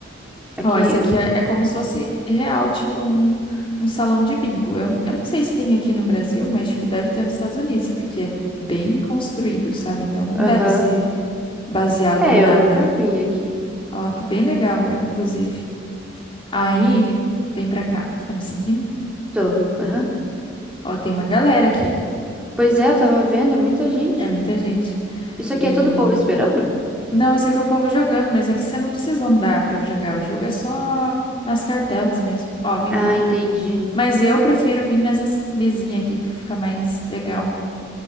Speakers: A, in the centre; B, on the left (about 25°).
A: Aqui,
B: Ó, isso aqui é, é como se fosse real, tipo um, um salão de bingo. Eu, eu não sei se tem aqui no Brasil, mas tipo, deve ter nos Estados Unidos, porque é bem construído, sabe? Então não
A: aham.
B: deve ser baseado
A: É,
B: em nada.
A: eu nunca vi aqui.
B: Ó, que bem legal, é, inclusive. Aí, vem pra cá. Você tá me seguindo?
A: Tô, aham.
B: Ó, tem uma galera aqui.
A: Pois é, eu tava vendo, é muita gente.
B: É muita gente.
A: Isso aqui
B: E.
A: é tudo povo esperando?
B: Não, esse aqui é o povo jogando, mas aqui você não precisa andar pra jogar. O jogo é só nas cartelas mesmo. Ó, vem
A: Ah,
B: cá.
A: entendi.
B: Mas eu prefiro vir nessas mesinhas aqui, porque fica mais legal.